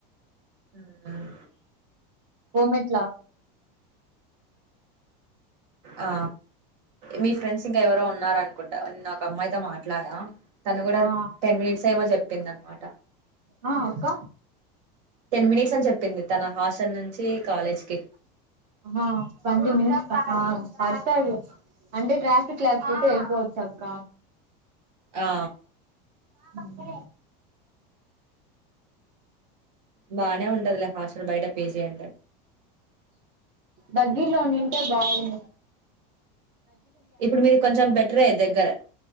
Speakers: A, on the right; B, on the right.
A: హ్మ్
B: ఓ మేడ్
A: ఆ మీ ఫ్రెండ్స్ ఇంకా ఎవరో ఉన్నారనుకుంటా నిన్న ఒక అమ్మాయితో మాట్లాడా తను గుడ
B: ఆ
A: టెన్ మినిట్స్ ఏమో చెప్పిందనమాట
B: అ అక్క
A: టెన్ మినిట్స్ అని చెప్పింది తన హాస్టల్ నుంచి కాలేజ్ కి
B: ఆ ట్వంటీ మీన్ ఆ పడతది లే అంటే ట్రాఫిక్ లేకపోతె వెళ్ళిపోవచ్ అక్క
A: ఆ
B: హ్మ్
A: బానే ఉంటదిలే హాస్టల్ బయట పిజి అంటే
B: దగ్గిర్లో ఉండింటే బాగుం
A: ఇప్పుడు మీది కొంచెం బెటరే దగ్గరె